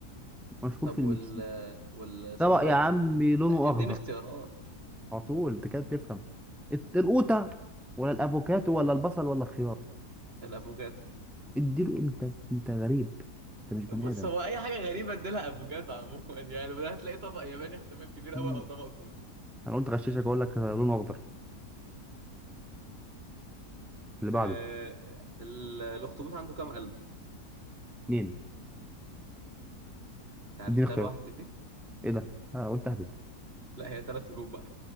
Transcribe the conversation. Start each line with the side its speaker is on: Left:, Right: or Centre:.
Centre: مشهور
Right: طب
Centre: في
Right: وال
Centre: المكسيك
Right: آه، وال اسمه
Centre: طبق
Right: ده
Centre: يا عم لونه
Right: اديني
Centre: اخضر
Right: اختيارات اديني
Centre: على
Right: اختيارات
Centre: طول انت كده بتفهم الت- القوطه ولا الافوكاتو ولا البصل ولا الخيار
Right: الافوكاتو
Centre: اديله انت انت غريب انت مش بني
Right: بص
Centre: ادم
Right: هو اي حاجه غريبه اديلها افوكادو عموما <laughs> يعني وده هتلاقي طبق ياباني احتمال كبير قوي
Centre: مم.
Right: او طبق كوري
Centre: انا قلت غششك اقول لك لونه اخضر اللي
Right: آه
Centre: بعده
Right: ال- الاخطبوط عنده كام قلب
Centre: اتنين
Right: انت عرفتها
Centre: اديني اختيارات
Right: لوحدك دي
Centre: ايه ده انا قلت اهبد
Right: لا هي ثلاث قلوب بقى